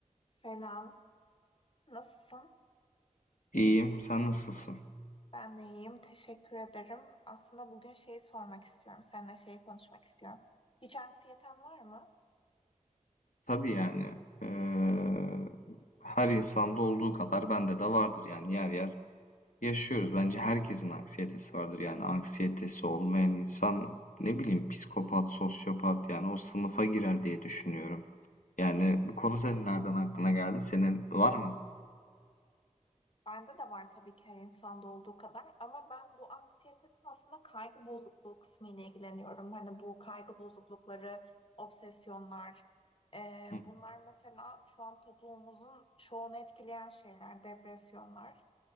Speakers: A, on the left; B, on the left.
A: Selam. Nasılsın?
B: İyiyim, sen nasılsın?
A: Ben de iyiyim. Teşekkür ederim. Aslında bugün şeyi sormak istiyorum. Seninle şeyi konuşmak istiyorum. Hiç anksiyeten var mı?
B: Tabii yani eee, her insanda olduğu kadar bende de vardır yani yer yer yaşıyoruz. Bence herkesin anksiyetesi vardır yani anksiyetesi olmayan insan ne bileyim psikopat, sosyopat yani o sınıfa girer diye düşünüyorum. Yani bu konu senin nereden aklına geldi? Senin var mı?
A: Bende de var tabii ki her insanda olduğu kadar. Ama ben bu anksiyetenin aslında kaygı bozukluğu kısmı ile ilgileniyorum. Hani bu kaygı bozuklukları, obsesyonlar. eee,
B: Hı
A: bunlar mesela şu an toplumumuzun çoğunu etkileyen şeyler, depresyonlar.